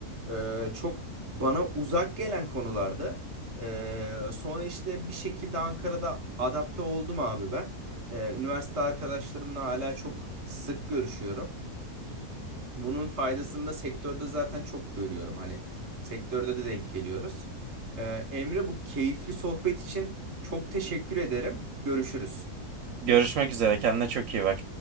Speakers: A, on the right; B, on the right.
A: e, çok bana uzak gelen konulardı. E, sonra işte bir şekilde Ankara'da adapte oldum abi ben. E, üniversite arkadaşlarımla hala çok sık görüşüyorum. Bunun faydasını da sektörde zaten çok görüyorum. Hani sektörde de denk geliyoruz. Ee, Emre bu keyifli sohbet için çok teşekkür ederim. Görüşürüz.
B: Görüşmek üzere. Kendine çok iyi bak.